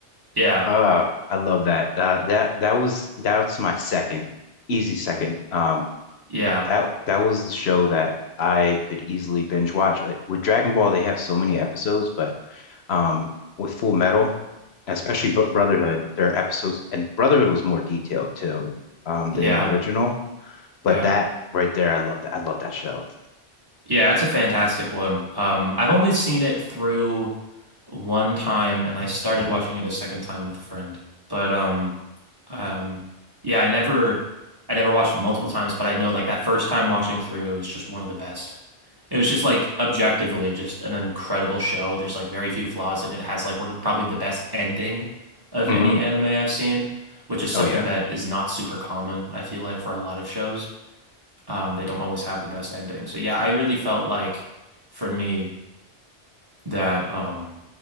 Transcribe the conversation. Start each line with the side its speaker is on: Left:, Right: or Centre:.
Right: yeah
Left: Uh, I love that. Uh, that that was that's my second, easy second. Um,
Right: Yeah,
Left: that that was the show that I could easily binge watch. Like with Dragon Ball, they have so many episodes, but um, with Full Metal, especially Br- Brotherhood, their episodes and Brotherhood was more detailed too, um,
Right: yeah,
Left: than their original.
Right: yeah.
Left: But that right there, I love that. I love that show.
Right: Yeah, it's a fantastic one. Um, I've only seen it through one time and I started watching it a second time with a friend. But um um yeah, I never I never watched it multiple times, but I know like that first time watching through is just one of the best. It was just like objectively just an incredible show. There's like very few flaws and it has like one of probably the best ending of
Left: hmm
Right: any anime I've seen, which is something
Left: Oh yeah.
Right: that is not super common, I feel like, for a lot of shows. um, they don't always have the best ending. So yeah, I really felt like for me that um,